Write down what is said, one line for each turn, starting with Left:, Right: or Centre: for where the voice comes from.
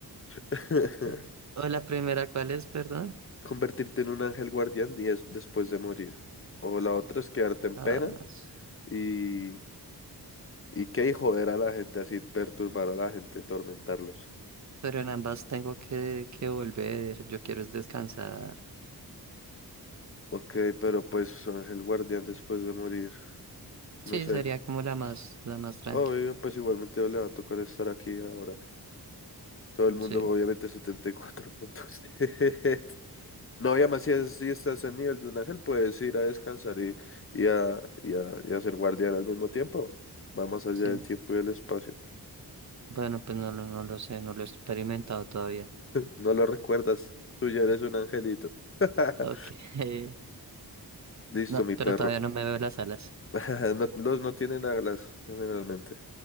Left: <laughs>
Right: <laughs> O la primera, ¿cuál es? Perdón.
Left: convertirte en un ángel guardián y es después de morir. O la otra es quedarte en
Right: Ah,
Left: pena
Right: s-
Left: y, y qué y joder a la gente así, perturbar a la gente, tormentarlos.
Right: pero en ambas tengo que, que volver. Yo quiero es descansar.
Left: Ok, pero pues ángel guardián después de morir, no
Right: Sí,
Left: sé.
Right: sería como la más, la más tranqui.
Left: Obvio, pues igualmente le va a tocar estar aquí ahora. Todo el mundo,
Right: Sí,
Left: obviamente, 74 puntos. <laughs> No, y además si, es- si estás en nivel de un ángel, puedes ir a descansar y, y, a, y, a, y a ser guardián al mismo tiempo. Va más allá
Right: sí.
Left: del tiempo y del espacio.
Right: Bueno, pues no, lo- no lo sé, no lo he experimentado todavía.
Left: No lo recuerdas. Tú ya eres un angelito. <laughs>
Right: Ok. <laughs>
Left: Listo,
Right: No,
Left: mi
Right: pero
Left: perro.
Right: todavía no me veo las alas.
Left: <laughs> No, los no tienen alas, generalmente.